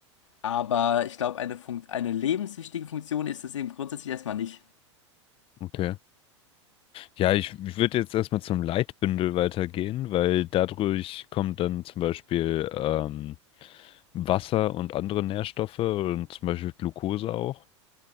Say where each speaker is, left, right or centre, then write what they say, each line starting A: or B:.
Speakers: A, on the left (about 75°); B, on the left (about 35°).
A: Aber ich glaube, eine Funkt eine lebenswichtige Funktion ist es eben grundsätzlich erstmal nicht.
B: Okay. Ja, ich, ich würde jetzt erstmal zum Leitbündel weitergehen, weil dadurch kommt dann zum Beispiel ähm, Wasser und andere Nährstoffe und zum Beispiel Glucose auch.